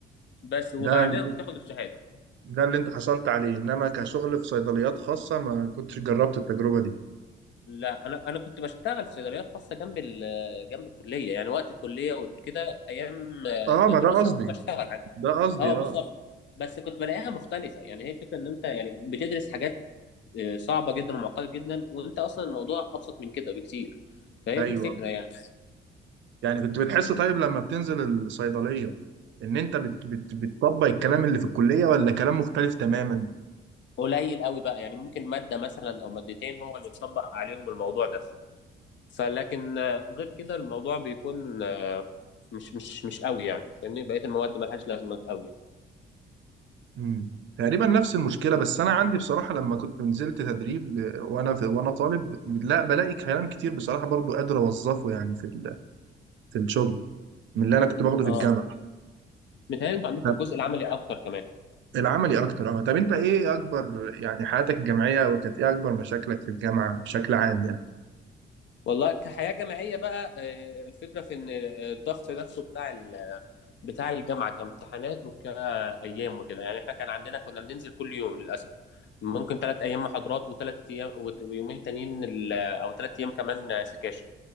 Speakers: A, on the left (about 65°); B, on the right (about 70°).
A: بس
B: ده
A: وبعدين بتاخد الشهاده
B: ده اللي انت حصلت عليه انما كشغل في صيدليات خاصة ما كنتش جربت التجربة دي
A: لا انا انا كنت بشتغل في صيدليات خاصه جنب ال- جنب الكليه يعني وقت الكليه وكده ايام آه،
B: اه
A: الدراسه
B: ما ده قصدي
A: بشتغل
B: ده قصدي
A: اه بالظبط
B: اه
A: بس كنت بلاقيها مختلفه يعني هي فكره ان انت يعني بتدرس حاجات آه، صعبه جدا ومعقده جدا وانت اصلا الموضوع ابسط من كده بكتير فهي
B: ايوه
A: دي الفكره يعني
B: يعني كنت بتحس طيب لما بتنزل الصيدلية ان انت بت... بت... بتطبق الكلام اللي في الكلية ولا كلام مختلف تماما؟
A: قليل قوي بقى يعني ممكن ماده مثلا او مادتين هو اللي اتطبق عليهم الموضوع ده فلكن آه، غير كده الموضوع بيكون آه، مش مش مش قوي يعني لان بقيه المواد ملهاش لازمه قوي
B: مم. تقريبا نفس المشكله بس انا عندي بصراحه لما كنت نزلت تدريب آه، وانا في وانا طالب لا بلاقي كلام كتير بصراحه برضو قادر اوظفه يعني في ال- في الشغل من اللي انا كنت باخده
A: اه
B: في الجامعه
A: متهيألي انتوا عندكم
B: طب
A: الجزء العملي اكتر كمان
B: العملي اكتر اه طب انت ايه اكبر يعني حياتك الجامعيه وكانت ايه اكبر مشاكلك في الجامعه بشكل عام يعني
A: والله كحياة جامعية بقى آه، الفكرة في إن الضغط نفسه بتاع ال- بتاع الجامعة كامتحانات وكأيام وكده يعني إحنا كان عندنا كنا بننزل كل يوم للأسف ممكن ثلاث أيام محاضرات وثلاث أيام وت- ويومين تانيين ال- أو ثلاث أيام كمان سكاشن